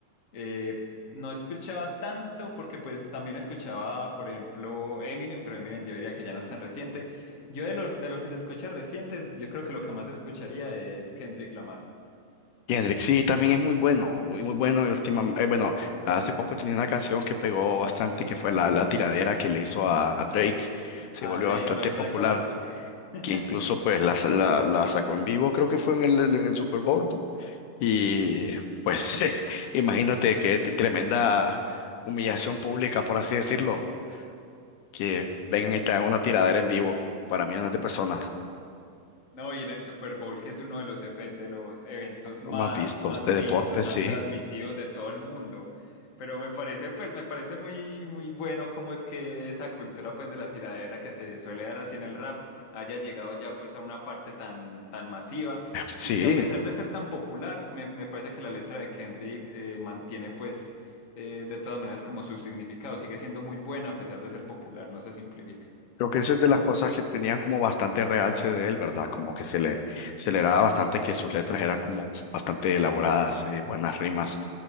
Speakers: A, on the left; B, on the left.
A: Eh, no escuchaba tanto porque pues también escuchaba, por ejemplo, Eminem, pero Eminem yo diría que ya no es tan reciente. Yo de lo, de lo que se escucha reciente, yo creo que lo que más escucharía es Kendrick Lamar.
B: Kendrick, sí, también es muy bueno, muy, muy bueno, y última, eh, bueno, hace poco tenía una canción que pegó bastante, que fue la, la tiradera que le hizo a, a Drake, se
A: A
B: volvió
A: Drake,
B: bastante
A: Knock
B: popular,
A: That God, ¿cierto? <laughs>
B: que incluso pues la, la, la sacó en vivo, creo que fue en el, en el Super Bowl, Y pues <laughs> imagínate que t- tremenda humillación pública, por así decirlo, que vengan y te hagan una tiradera en vivo para millones de personas.
A: No, y en el Super Bowl, que es uno de los, efe- de los eventos más,
B: Más vistos
A: más
B: de
A: vistos,
B: deporte,
A: más
B: sí.
A: transmitidos de todo el mundo. Pero me parece, pues, me parece muy, muy bueno cómo es que esa cultura, pues, de la tiradera que se suele dar así en el rap haya llegado ya, pues, a una parte tan, tan masiva
B: Sí,
A: y que a pesar de ser tan popular, me, me parece que la letra de Kendrick eh, mantiene, pues, eh, de todas maneras como su significado. Sigue siendo muy buena a pesar de ser popular, no se simplifica.
B: creo que esa es de las cosas que tenían como bastante realce de él, ¿verdad? Como que se le, se le daba bastante que sus letras eran como bastante elaboradas, eh, buenas rimas.